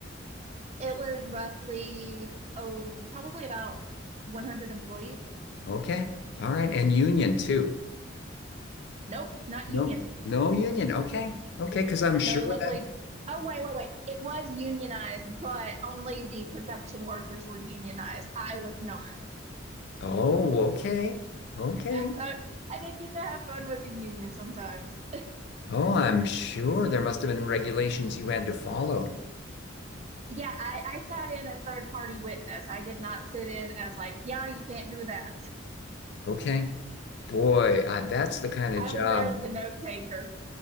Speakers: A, on the right (about 35°); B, on the left (about 60°).
A: it was roughly oh, probably about 100 employees.
B: Okay. All right. And union too.
A: Nope, not union.
B: No, no union. Okay. Okay. Because I'm sure
A: No, luckily.
B: that.
A: Oh, wait, wait, wait. It was unionized, but only the production workers were unionized. I was not.
B: Oh, okay. Okay.
A: <laughs> I didn't get to have fun with the union sometimes.
B: Oh, I'm sure there must have been regulations you had to follow.
A: Yeah, I, I sat in as third party witness. I did not sit in as like, yeah, you can't do that.
B: Okay. Boy, I, that's the kind of
A: I
B: job.
A: was there as the note taker.